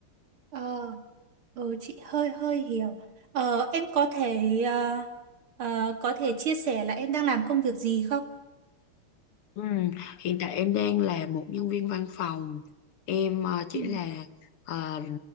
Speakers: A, on the right; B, on the left.
A: Ờ. Ừ, chị hơi hơi hiểu. Ờ, em có thể ờ, ờ, có thể chia sẻ là em đang làm công việc gì không?
B: Ừm, hiện tại em đang là một nhân viên văn phòng em ờ, chỉ
A: Ừ.
B: là ờ,